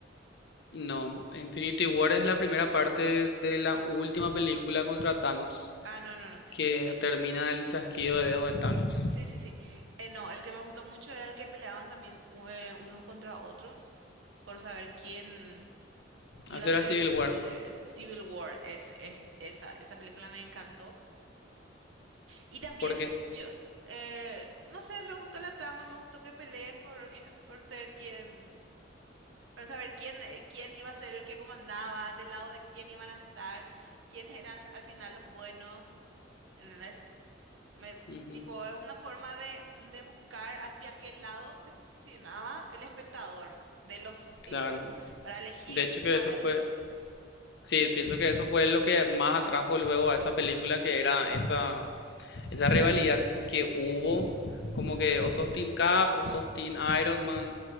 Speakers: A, on the left; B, on the right.
A: No, Infinity War es la primera parte de la última película contra Thanos,
B: Ah, no, no, no.
A: que
B: Eh,
A: termina el chasquido de dedos de Thanos.
B: sí, sí, sí. Eh, no, el que me gustó mucho era el que peleaban también eh, unos contra otros por saber quién iba
A: Hacer
B: a ser
A: era Civil
B: el
A: War,
B: líder. Es Civil War, es, es, esa, esa película me encantó. Y también
A: porque,
B: yo, eh, no sé, me gustó la trama, me gustó que peleen por, <laughs> por ser quien, para saber quién, eh, quién iba a ser el que comandaba, del lado de quién iban a estar quiénes eran al final los buenos, ¿Entendés? Me-
A: ujú,
B: tipo, es una forma de, de buscar hacia qué lado se posicionaba el espectador de los héroes
A: claro.
B: para elegir
A: De hecho que
B: cuál
A: eso
B: es.
A: fue,
B: el-
A: sí,
B: Sí,
A: pienso que eso fue lo que más atrajo luego a esa película, que era esa Esa rivalidad que hubo, como que o sos Team Cap o sos Team Iron Man,